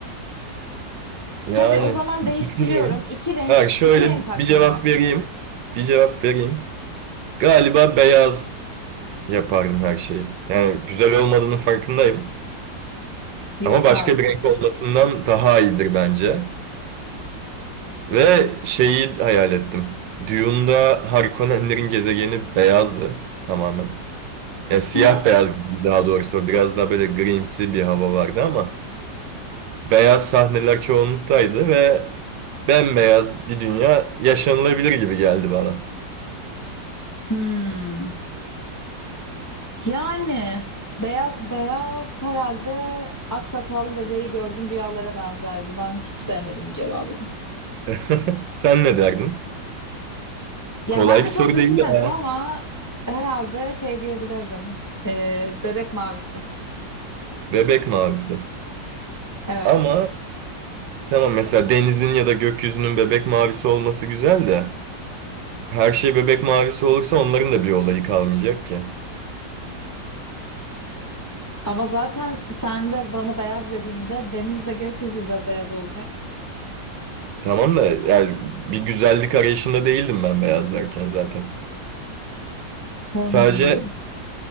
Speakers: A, on the right (about 80°); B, on the left (about 25°).
A: yani
B: Hadi o zaman değiştiriyorum.
A: düşünüyorum.
B: İki renk,
A: Ha, şöyle
B: iki renk hakkın
A: bir cevap
B: var.
A: vereyim. Bir cevap vereyim. Galiba beyaz yapardım her şeyi. Yani güzel olmadığının farkındayım.
B: Yok
A: Ama başka
B: artık.
A: bir renk olmasından daha iyidir bence. Ve şeyi hayal ettim. Dune'da Harkonnenlerin gezegeni beyazdı tamamen. Ya siyah
B: <laughs>
A: beyaz gibi daha doğrusu. Biraz daha böyle grimsi bir hava vardı ama. Beyaz sahneler çoğunluktaydı ve bembeyaz bir dünya yaşanılabilir gibi geldi bana.
B: Hmm. Yani beyaz beyaz herhalde aksakallı dedeyi gördüm rüyalara benzerdi. Ben hiç sevmedim bu cevabını.
A: <laughs> Sen ne derdin?
B: Ya
A: Kolay
B: ben de
A: bir
B: çok
A: soru
B: düşünmedim
A: değil ya.
B: ama herhalde şey diyebilirdim. Ee, bebek mavisi.
A: Bebek mavisi.
B: Evet.
A: Ama tamam mesela denizin ya da gökyüzünün bebek mavisi olması güzel de her şey bebek mavisi olursa onların da bir olayı kalmayacak ki.
B: Ama zaten sen de bana beyaz dediğinde deniz de gökyüzü de beyaz olacak.
A: Tamam da yani bir güzellik arayışında değildim ben beyaz derken zaten.
B: Hmm.
A: Sadece